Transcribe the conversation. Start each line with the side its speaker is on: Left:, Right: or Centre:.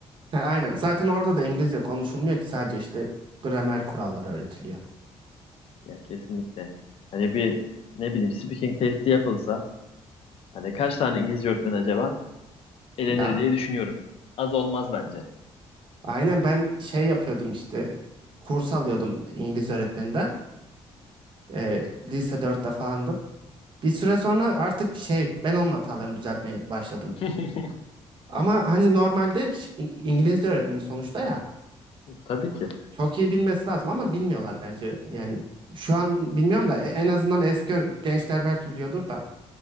Right: He, aynen. Zaten orada da İngilizce konuşulmuyor ki sadece işte gramer kuralları öğretiliyor.
Left: Yani kesinlikle. Hani bir ne bileyim speaking testi yapılsa hani kaç tane İngilizce öğretmen acaba elenir
Right: Ya
Left: diye düşünüyorum. Az olmaz bence.
Right: aynen ben şey yapıyordum işte kurs alıyordum İngiliz öğretmeninden. Ee, lise 4'te falandım. Bir süre sonra artık şey ben onun hatalarını düzeltmeye başladım.
Left: <laughs>
Right: Ama hani normalde ş- İ- İngilizce öğretmeni sonuçta ya
Left: Tabii ki.
Right: çok iyi bilmesi lazım ama bilmiyorlar bence. Yani şu an bilmiyorum da e- en azından eski ö- gençler belki biliyordur da